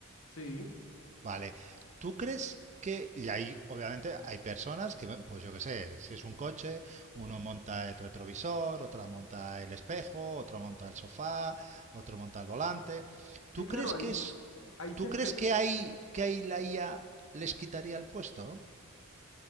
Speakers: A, on the left; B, on the right.
A: Sí,
B: Vale. ¿Tú crees que, y ahí obviamente hay personas que, pues yo qué sé, si es un coche, uno monta el retrovisor, otra monta el espejo, otro monta el sofá, otro monta el volante. ¿Tú
A: sí, claro,
B: crees
A: ahí,
B: que es,
A: ahí se...
B: tú crees
A: espe-
B: que hay, que ahí la IA les quitaría el puesto?